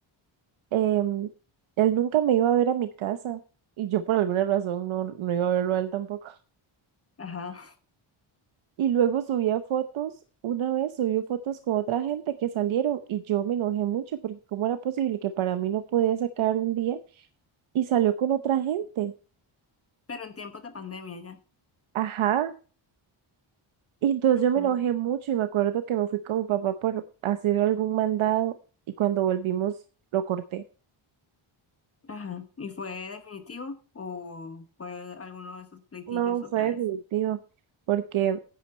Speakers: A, on the right; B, on the left.
A: Em, él nunca me iba a ver a mi casa y yo por alguna razón no, no iba a verlo a él tampoco.
B: Ajá.
A: Y luego subía fotos, una vez subió fotos con otra gente que salieron y yo me enojé mucho porque cómo era posible que para mí no podía sacar un día y salió con otra gente.
B: Pero en tiempos de pandemia ya.
A: Ajá. Y entonces
B: Ujú.
A: yo me enojé mucho y me acuerdo que me fui con mi papá por hacer algún mandado y cuando volvimos lo corté.
B: Ajá. ¿Y fue definitivo o fue alguno de esos pleitillos
A: No, fue
B: otra vez?
A: definitivo, porque